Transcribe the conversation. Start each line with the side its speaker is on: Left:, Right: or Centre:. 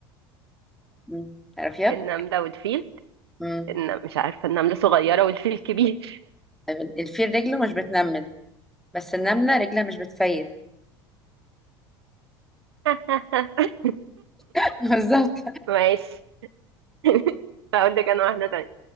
Centre: مم. تعرفيها؟
Right: <laughs> النملة والفيل
Centre: مم.
Right: النم... مش عارفة النملة صغيرة والفيل كبير
Centre: طيب، الفيل رجله مش بتنمل بس النملة رجلها مش بتفيد
Right: <laughs>
Centre: <laughs> بالظبط
Right: ماشي <laughs> هقول لك انا واحده تانية